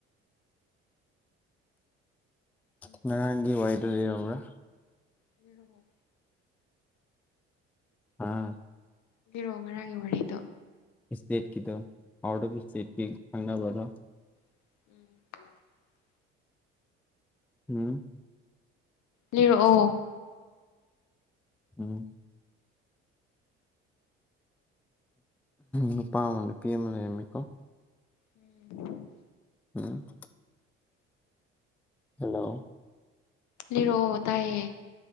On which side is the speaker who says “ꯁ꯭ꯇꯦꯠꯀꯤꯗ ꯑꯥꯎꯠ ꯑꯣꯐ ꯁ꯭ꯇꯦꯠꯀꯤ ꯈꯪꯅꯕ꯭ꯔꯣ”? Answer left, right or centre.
Centre